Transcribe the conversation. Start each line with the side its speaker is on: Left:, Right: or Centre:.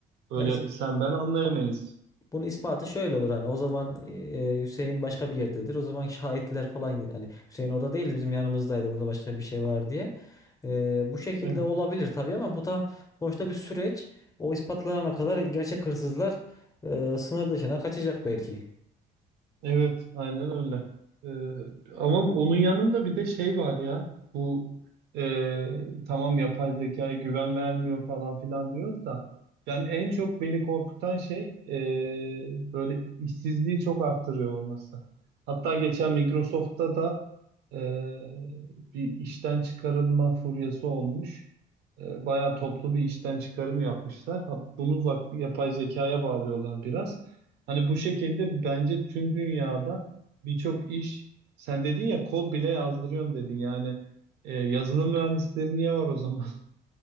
Right: Öyle
Left: Ya
Right: sen ben anlayamayız.
Left: Bunun ispatı şöyle olur hani o zaman e, e, Hüseyin başka bir yerdedir. O zaman şahitler falan hani Hüseyin orada değildi bizim yanımızdaydı burada başka bir şey var diye. E, bu şekilde
Right: Evet.
Left: olabilir tabii ama bu da sonuçta bir süreç. O ispatlanana kadar gerçek hırsızlar e, sınır dışına kaçacak belki.
Right: Evet, aynen öyle. Ee, ama onun yanında bir de şey var ya. Bu e, tamam yapay zekaya güven vermiyor falan filan diyoruz da. Yani en çok beni korkutan şey e, böyle işsizliği çok arttırıyor olması. Hatta geçen Microsoft'ta da e, bir işten çıkarılma furyası olmuş. E, bayağı toplu bir işten çıkarım yapmışlar. Ha, Bunu zak- yapay zekaya bağlıyorlar biraz. Hani bu şekilde bence tüm dünyada birçok iş sen dedin ya kod bile yazdırıyorum dedin yani e, yazılım mühendisleri niye var o zaman? <laughs>